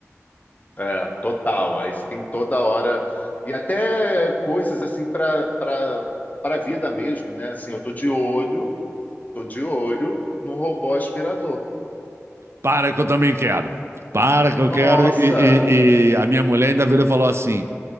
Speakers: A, on the left; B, on the right.
A: É, total. Aí você tem toda hora e até coisas assim para para para a vida mesmo, né? Assim, eu tô de olho, tô de olho num robô aspirador.
B: Para que eu também quero. Para que eu
A: Nossa!
B: quero. E, e- e a minha mulher ainda virou e falou assim: